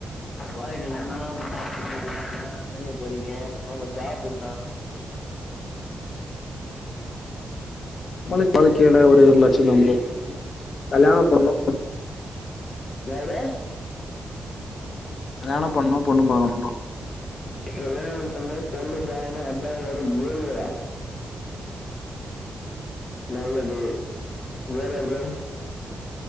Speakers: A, on the left (about 45°); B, on the left (about 55°).
A: வாழ்க்கைல என்னலாம் பண்ண போறீங்க என்னலா செய்ய போறீங்க இப்ப ஒங்க ஜாப் என்னா
B: நம்மளுக்கு வாழ்கைல ஒரே ஒரு லட்சியந்தா ப்ரோ கல்யாணம் பண்ணு
A: யாவ்ரே
B: கல்யாணம் பண்ணு பொண்ணு பாக்கணு ப்ரோ
A: கல்யாணம் பண்ணும் பொண்ணு பாகணு அத்தா வேட ஏழு நல்லது வேற ப்ரோ